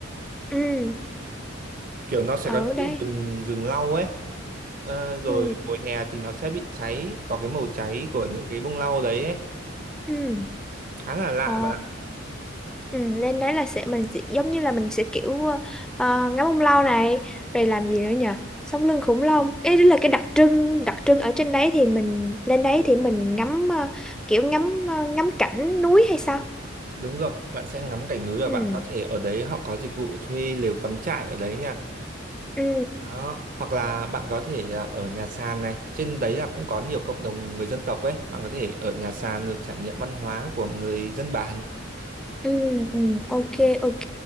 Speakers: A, in the centre; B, on the right (about 45°).
A: ừ
B: Kiểu nó sẽ
A: ở
B: có những
A: đây
B: cái rừng, rừng lau ấy. Ờ, rồi
A: ừ
B: mùa hè thì nó sẽ bị cháy, có cái màu cháy của những cái bông lau đấy ấy.
A: ừ
B: Khá là lạ
A: ồ
B: bạn ạ.
A: ừ lên đấy là sẽ mình sẽ giống như là mình sẽ kiểu ờ, ngắm ông lâu này rồi làm gì nữa nhỉ sống lưng khủng long ấy là cái đặc trưng đặc trưng ở trên đấy thì mình lên đấy thì mình ngắm ờ, kiểu ngắm ờ, ngắm cảnh núi hay sao
B: Đúng rồi, bạn sẽ ngắm cảnh núi và
A: ừ
B: bạn có thể ở đấy họ có dịch vụ thuê lều cắm trại ở đấy nha.
A: ừ
B: Đó. Hoặc là bạn có thể à, ở nhà sàn này, trên đấy là cũng có nhiều cộng đồng người dân tộc ấy, bạn có thể ở nhà sàn rồi trải nghiệm văn hóa của người dân bản.
A: Ừ, ừ, ok ok